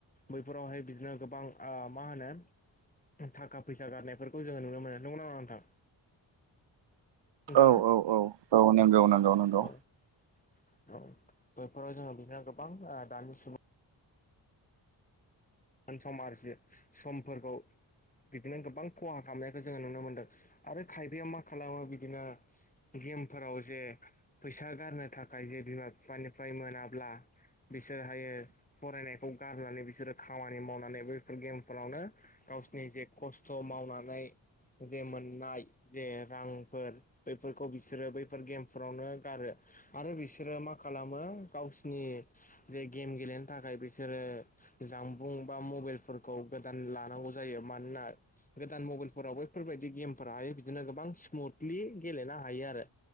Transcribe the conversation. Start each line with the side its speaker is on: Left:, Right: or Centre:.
Left: बैफोरावहाय बिदिनो गोबां ओ मा होनो थाखा फैसा गारनायफोरखौ जोङो नुनो मोनो, नंगौ नङा नोंथां? नोंथाङा
Right: औ औ औ औ नंगौ नंगौ नंगौ।
Left: औ औ बेफोराव जोङो बिदिनो गोबां ओ दानि सुबुं <unintelligible> समफोरखौ बिदिनो गोबां खहा खालामनायखौ जोङो नुनो मोनदों आरो खायफाया मा खालामो बिदिनो गेमफोराव जे फैसा गारनो थाखाय जे बिमा बिफानिफ्राय मोनाब्ला बिसोरहायो फरायनायखौ गारनानै बिसोरो खामानि मावनानै बैफोर गेमफोरावनो गावसिनि जे खस्थ' मावनानै जे मोननाय जे रांफोर बैफोरखौ बिसोरो बैफोर गेमफोरावनो गारो । आरो बिसोरो मा खालामो गावसिनि जे गेम गेलेनो थाखाय बिसोरो जामबुं बा मबाइलफोरखौ गोदान लानांगौ जायो। मानोना गोदान मबाइलफोराव बैफोरबायदि गेमफोराहाय बिदिनो गोबां स्मुथलि गेलेनो हायो आरो।